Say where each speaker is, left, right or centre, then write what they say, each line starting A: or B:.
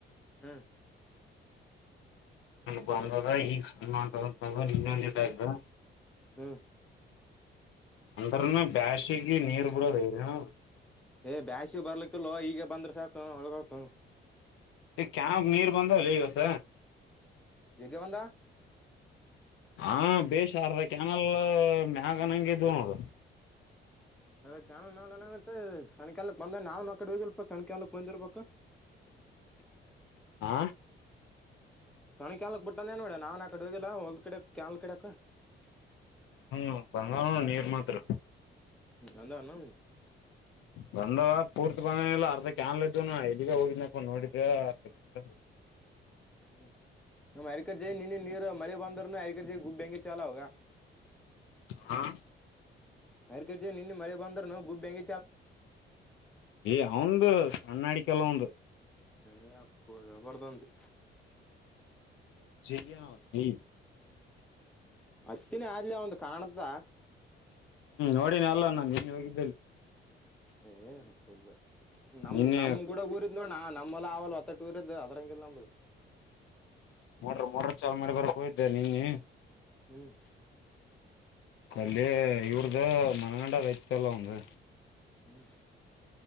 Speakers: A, in the centre; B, on the left (about 80°).
A: ಹ್ಮ್.
B: ಬಂದದ ಈಗ ಸಮ. ಮಗ ನಿನ್ನ ಒಂದ ಆ.
A: ಹ್ಮ್
B: ಅಂದ್ರನು ಬ್ಯಾಶಿಗೆ ನೀರ್ ಬಿಡೋದ ಐರಿನ
A: ಏ ಬ್ಯಾಸಿ ಬರ್ಲಿಕ್ಕಲ್ ಈಗ ಬಂದ್ರ ಸಾಕು ಹೊಳ್ಗಕ
B: ಕಾವಕ್ ನೀರ್ ಬಂದುಲಗಸ.
A: ಜಗ ಬಂದ.
B: ಹಾ ಬೇಷಾರದ ಕ್ಯಾನಲ್ ಮ್ಯಾಗನಂಗಗೆ ದೂನ್ ಹದು.
A: ಅದ ನಾವ ನನಂಗ ಸಣ್ಣಕಾಲಕ್ ಬಂದ ನಾವ್ ನ ಕಡೆ ಹೋಗಲ್ಪ ಸಣ್ಣಕಾಲಕ್ ಬಂದಿರ್ಬೇಕು. <unintelligible>
B: ಆ.
A: ಸೋನಿ ಕಕ್ ಬಿಟ್ಟೇನ್ ನೋಡ ನಾವನ್ ಆ ಕಡೆ ಹೋಗಿಲ್ಲಾ ಹೊಲ್ ಕಿಡಕ್ ಕನ್ಲ್ ಕಿಡಕ್.
B: ಹ್ಮ್ ಬಂಗಾರ ನೀರ್ ಮಾತ್ರ.
A: ಅಂದವನು
B: ಬಂದವ ಪೂರ್ತಿ ಬಂದ ಅರ್ಧ ಕ್ಯಾನ್ಲ್ ಇದ್ದು ನ ಇಲ್ಲಿಗ ಹೋಗನಪ್ಪ ನೋಡಿದ ಅರ್ಧ ಕ್ಯಾನ್ಲ್.
A: <unintelligible> ಹ್ಮ್ ನಮ ಅರಿಕರ್ಜೆ ನಿನ್ನ ನೀರು ಮಳೆ ಬಂದರುನು ಅರಿಕರ್ಜ ಗುಬ್ ಬೆಂಂಗಿ ಚಾಲ ಅವೋಗ.
B: ಹಾ.
A: ಅರ್ಕಜೆ ನಿನ್ನ ನಿ ಮಳೆ ಬಂದ್ನು ಗುಬ್ ಬೆಂಗ.
B: ಏ ಅವಂದು ಕಣ್ಣಾಡಿಕಲ್ಲ ಒಂದು.
A: ಏ ಅಪ್ಪ ಬರ್ದು.
B: ಅಾ ಹೌ.
A: ಹತ್ತಿನ ಆದಲಿ ಒಂದು ಕಾಣತ.
B: ಹ್ಮ್ ನೋಡನಿ ಅಲ್ಲ ನಾನು ನೀನ್ ಹೇೋಗಿದ್ದೇಲ್ಲಿ.
A: ಏ ಸಲ್ ನಮ್
B: ನಿನ್ನೆ
A: ನಮ್ ಕೂಡ ಊರಿದ್ ನೋಣ್ಣ ನಮ್ಮಲ್ಲ ಆಲ್ಲ. ಟೂರ್ ಇದೆ ಅದರಂಗಲ್ಲದು.
B: ಮೋಟ್ರ ಮೋಟ್ರ ಚಾಲ್ ಮಾಡಿ ಬರ್ಕ್ ಹೋ್ದೆ ನೀನ್ನ.
A: ಹ್ಮ್
B: ಕಲ್ಲಿ ಈವ್ರ್ದ ಮನಗಂಡ ವ. ಚಲ್ಲ ಉಂದು.
A: ಹ್ಮ್.